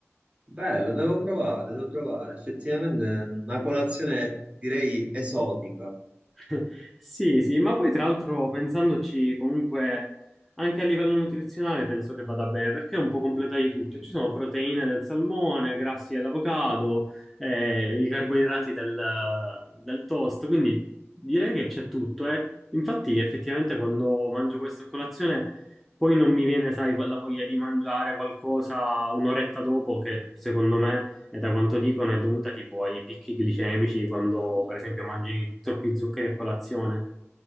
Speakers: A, on the right (about 25°); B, in the centre.
A: Bello, devo provare, devo provare. Effettivamente è una colazione direi esotica.
B: <laughs> Sì, sì, ma poi tra l'altro pensandoci comunque anche a livello nutrizionale penso che vada bene perché è un po' completa di tutto.
A: Sì,
B: Ci sono proteine del salmone, grassi dell'avocado, eh, i carboidrati del, del toast, quindi direi che c'è tutto. eh. Infatti effettivamente quando mangio questa colazione... Poi non mi viene, sai, quella voglia di mangiare qualcosa un'oretta dopo che secondo me E da quanto dicono è dovuta tipo ai picchi glicemici quando per esempio mangi troppi zuccheri a colazione.